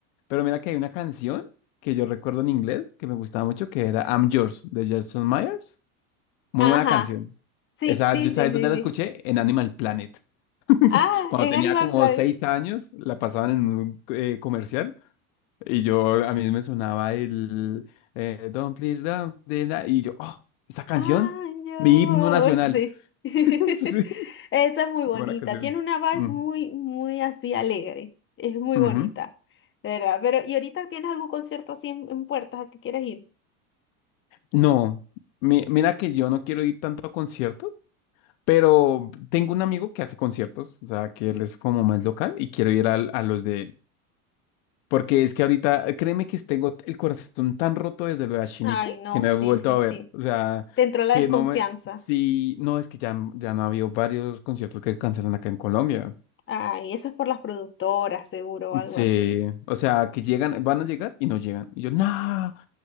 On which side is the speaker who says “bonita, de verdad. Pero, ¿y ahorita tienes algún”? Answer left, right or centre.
Left